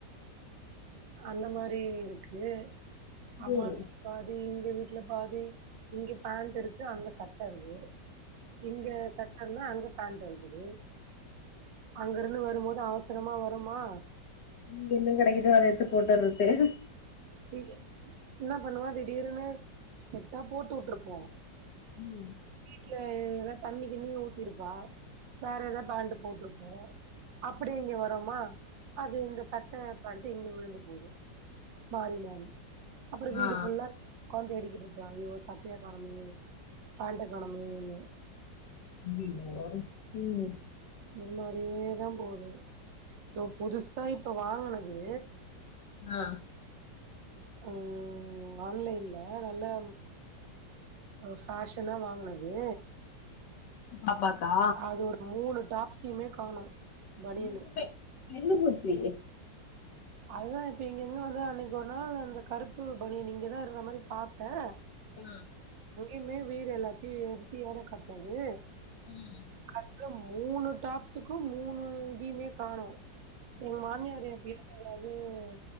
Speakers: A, on the right; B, on the left.
A: அந்த மாரி இருக்கு அம்மா
B: ம்
A: வீட்ல பா தி இங்க வீட்ல பாதி இங்க பேண்ட்டு இருக்கு அங்க சட்ட இருக்கு இங்க சட்ட இருந்தா அங்க பேண்ட்டு இருக்குது அங்க இருந்து வரும்போது அவசரமா வரோமா
B: இங்க என்ன கெடைக்குதோ அத எடுத்து போட்டு வரது
A: தி என்னா பண்ணுவா திடிர்னு செட்டா போட்டுட்ருப்போ
B: ம்
A: வீட்டல ஏதா தண்ணி கிண்ணி ஊத்திருப்பா வேற ஏதாவது பேண்ட்டு போட்ருப்போ அப்படியே இங்க வரோமா அது இந்த சட்ட பேண்ட்டு இங்க விழுந்து போது மாறி மாறி அப்புறம் வீடு
B: ஆ
A: ஃபுல்லா உக்காந்து தேடிக்கிட்டு இருப்ப ஐயோ சட்டைய காணமே பேண்ட்ட காணமேன்னு
B: <unintelligible> ம்
A: இது மாரியே தா போது தொ புதுசா இப்ப வாங்கனது
B: ஆ
A: ஓ ஆன்லைன்ல நல்லா அ ஃபேஷனா வாங்கனது
B: பாப்பாக்கா
A: அது ஒரு மூணு டாப்ஸ்யுமே காணோ பனியனு
B: <unintelligible> நின்னு போச்சு
A: அதுதா இப்ப எங் என்னோட அன்னைக்கு ஒரு நாள் அந்த கருப்பு பணியன் இங்கதா இருந்த மாரி பாத்தே
B: ஆ
A: எமே உயர் எல்லாத்தையு ஏறுத்து ஏற கட்னது
B: ம்
A: கடைசல மூணு டாப்ஸுக்கு மூணு இங்மே காணு எங்க மாமியார் எப்பையாது ஏதாது உம்